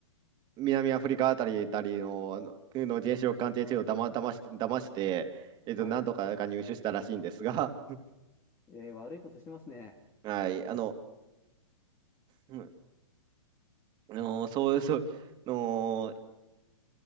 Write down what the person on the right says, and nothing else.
南アフリカあたり、たりの、あの、の原子力鑑定地をだま、だまして、騙して、えっと、
なんとかが入手したらしいんですが、<laughs>
はい、あの、うんあのそう、そう、あの、